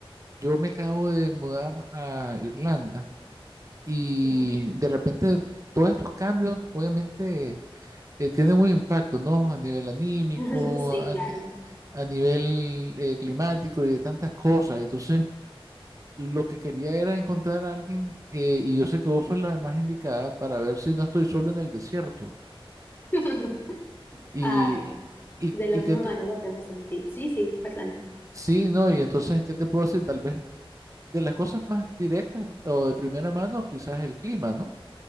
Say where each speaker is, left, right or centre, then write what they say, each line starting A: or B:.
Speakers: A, on the right; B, on the left.
A: yo me acabo de mudar a Irlanda y
B: Sí,
A: de repente todos estos cambios obviamente eh, tienen un impacto, ¿no? A nivel anímico,
B: <laughs> Sí,
A: a,
B: claro.
A: ni- a nivel eh, climático y de tantas cosas. Entonces... Lo que quería era encontrar a alguien, eh, y yo sé que vos sos la más indicada para ver si no estoy solo en el desierto.
B: <laughs>
A: Y,
B: Ay,
A: y,
B: de la
A: y
B: misma
A: que te-
B: manera que me sentí. Sí, sí, perdona.
A: sí, no, y entonces, ¿qué te puedo decir? Tal vez de las cosas más directas o de primera mano, quizás el clima, ¿no?